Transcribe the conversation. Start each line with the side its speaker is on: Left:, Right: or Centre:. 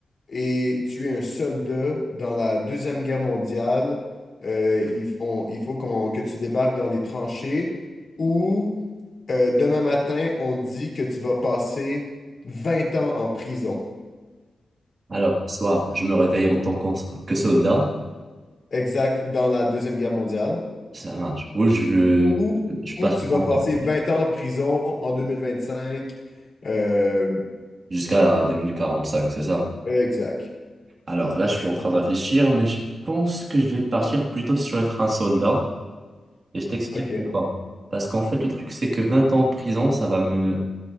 Left: et tu es un soldat dans la Deuxième Guerre mondiale. euh, il, on- il faut qu'on- que tu débarques dans les tranchées ou. Euh, demain matin, on dit que tu vas passer 20 ans en prison,
Right: Alors, soit je me réveille en tant qu'en- que soldat,
Left: exact, dans la Deuxième Guerre mondiale,
Right: ça marche, ou je,
Left: ou,
Right: je
Left: ou
Right: passe
Left: tu
Right: 30
Left: vas passer
Right: ans,
Left: 20 ans en prison en 2025, euh,
Right: jusqu'à 2045, c'est ça.
Left: exact.
Right: Alors là, je suis en train de réfléchir, mais je pense que je vais partir plutôt sur être un soldat, et je t'explique
Left: OK.
Right: pourquoi. Parce qu'en fait, le truc, c'est que 20 ans en prison, ça va me...